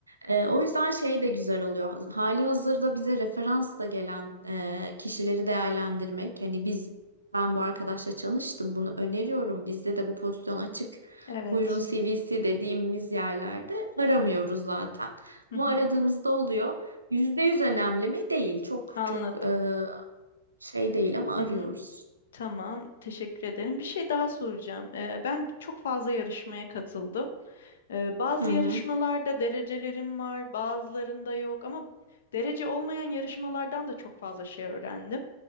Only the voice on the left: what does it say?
Evet.
Hı
hı,
Anladım.
Hı hı, Tamam, teşekkür ederim. Bir şey daha soracağım. E, ben çok fazla yarışmaya katıldım. Ee, bazı
yarışmalarda derecelerim var, bazılarında yok ama derece olmayan yarışmalardan da çok fazla şey öğrendim.